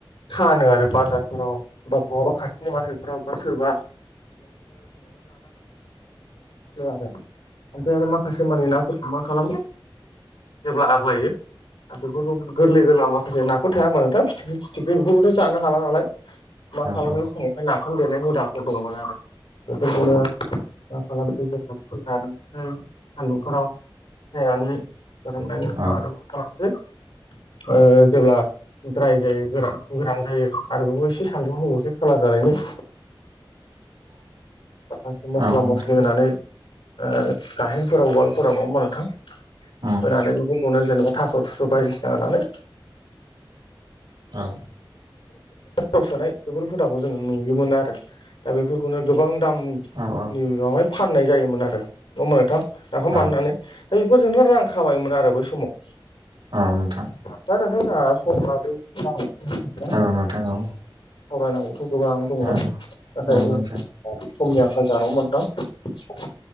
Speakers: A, on the left; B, on the right.
A: फानो आरो बाजारफोराव बा बहाबा खाथिनि मारकेटफोराव बा सोरबा <unintelligible> ओमफ्राय आरो माखासे मानि नाफोरखौ मा खालामो जेब्ला आग्लायो आरो बेफोरखौ गोरलै गोरलाम माखासे नाफोर थाया होमबा नोंथां फिथिख्रि फिथिख्रि बेफोरखौथ' जानो हाला नालाय मा खालामो
B: औ
A: बे समावहाय नाफाम देनाय हुदाफोर दंमोन आरो बेफोरखौनो मा खालामसै जोङो फोरानसै सान्दुंफोराव फानो फोरोंनायनि
B: औ
A: आरो मा खालामसै ओ जेब्ला द्राय जायो गोरा-गोरान जायों आरो एखौ एसे सानदुंआव होबावसै खालार जानायनि
B: <inaudible>
A: माखासे मस्ला
B: औ नोंथां
A: मस्लि होनानै ओ गाहेनफोराव उवालफोराव नङा होमबा नोंथां
B: उम
A: होनानै बेफोर खौनो जेनेबा थास थुस बायदिसिना होनानै
B: औ
A: आव सोनाय बेफोर हुदाखौ जोङो नुयोमोन आरो ओ बेफोरखौनो गोबां दामनि
B: औ
A: उनावहाय फानाय जायोमोन आरो नङा होमबा नोंथां नाफाम
B: औ
A: बानायनानै दा बेफोरजोंनो रां खाबायोमोन आरो बै समाव
B: औ नोंथां
A: <unintelligible>
B: औ नोंथां औ
A: सावरायनांगौथ' गोबां दंमोन।
B: औ
A: नाथाय
B: औ
A: समनि
B: नोंथां
A: आंखाल जोंहा नङा होमबा नोंथां।